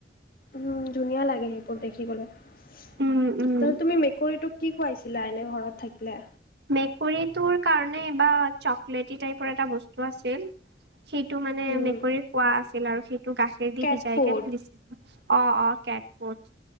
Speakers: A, on the left (about 55°); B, on the right (about 70°).
A: উম ধুনীয়া লাগে সেইবোৰ দেখিবলৈ তাৰপিছত
B: উম, উম,
A: তুমি মেকুৰীটোক কি খুৱাইছিলা এনেই ঘৰত থাকিলে?
B: মেকুৰীটোৰ কাৰণে বা চকলেটি টাইপৰ এটা বস্তু আছিল। সেইটো মানে
A: উম
B: মেকুৰী খোৱা আছিল আৰু সেইটো গাখীৰ দি
A: কেট
B: ভিজাই
A: ফুড
B: কে দি অ অ কেট ফুডচ